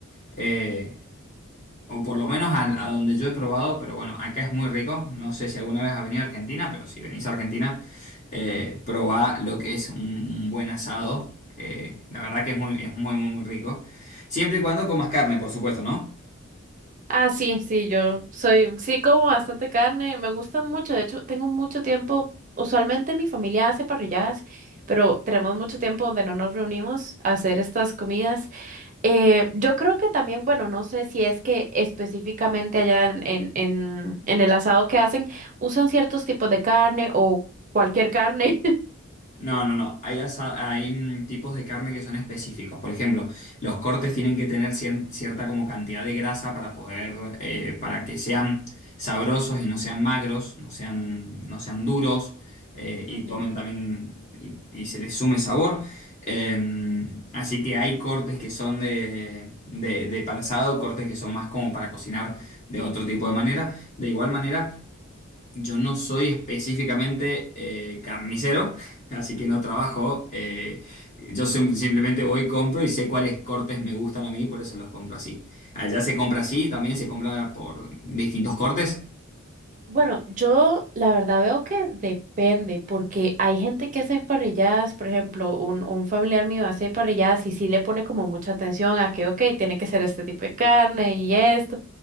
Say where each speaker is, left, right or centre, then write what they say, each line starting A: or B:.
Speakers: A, on the left; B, on the right.
A: Eh, o por lo menos a, a donde yo he probado, pero bueno, acá es muy rico. No sé si alguna vez has venido a Argentina, pero si venís a Argentina, eh, probá lo que es un, un buen asado. Eh, la verdad que es muy, es muy, muy, muy rico. Siempre y cuando comas carne, por supuesto, ¿no?
B: Ah, sí, sí, yo soy, sí como bastante carne, me gusta mucho, de hecho, tengo mucho tiempo, usualmente mi familia hace parrilladas, pero tenemos mucho tiempo donde no nos reunimos a hacer estas comidas. Eh, yo creo que también, bueno, no sé si es que específicamente allá en, en, en en el asado que hacen, usan ciertos tipos de carne o cualquier carne.
A: No, no, no. Hay, asa- hay mm, tipos de carne que son específicos. Por ejemplo, los cortes tienen que tener cier- cierta como cantidad de grasa para poder, eh, para que sean sabrosos y no sean magros, no sean, no sean duros eh, y
B: Ujú.
A: tomen también y, y se les sume sabor. Eh, así que hay cortes que son de, de, de para asado, cortes que son más como para cocinar de otro tipo de manera. De igual manera. Yo no soy específicamente eh, carnicero, <laughs> así que no trabajo. eh, yo sim- simplemente voy, compro y sé cuáles cortes me gustan a mí, por eso los compro así. Allá se compra así, también se compra por distintos cortes.
B: Bueno, yo la verdad veo que depende, porque hay gente que hace parrilladas, por ejemplo, un, un familiar mío hace parrilladas y sí le pone como mucha atención a que, ok, tiene que ser este tipo de carne y esto.